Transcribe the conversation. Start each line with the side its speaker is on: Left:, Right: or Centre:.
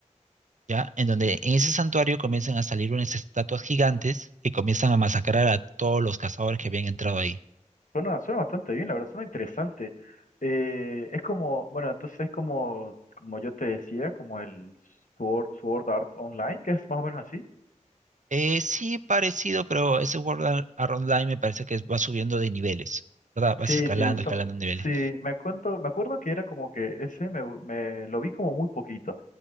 Right: ¿ya? En donde en ese santuario comienzan a salir unas estatuas gigantes que comienzan a masacrar a todos los cazadores que habían entrado ahí.
Left: Suena, suena bastante bien, la verdad, suena interesante. Eh, es como, bueno, entonces es como, como yo te decía, como el Sword, Sword Art Online, que es más o menos así.
Right: Eh, sí, parecido, pero ese World Ar- Art Online me parece que va subiendo de niveles, ¿verdad? Vas
Left: Sí,
Right: escalando,
Left: sí, so-
Right: escalando niveles.
Left: sí, me cuento, me acuerdo que era como que ese me, me lo vi como muy poquito.